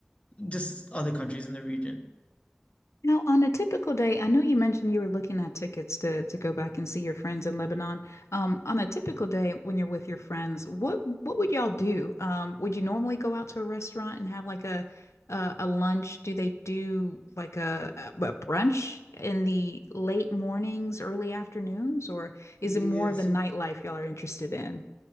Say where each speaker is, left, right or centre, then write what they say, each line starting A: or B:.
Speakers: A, on the left; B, on the left.
A: just other countries in the region.
B: Now, on a typical day, I know you mentioned you were looking at tickets to to go back and see your friends in Lebanon. Um, on a typical day when you're with your friends, what what would y'all do? Um, would you normally go out to a restaurant and have like a a, a lunch? Do they do like a, a brunch in the late mornings, early afternoons, or is
A: Yeah,
B: it more of
A: so
B: the nightlife y'all are interested in?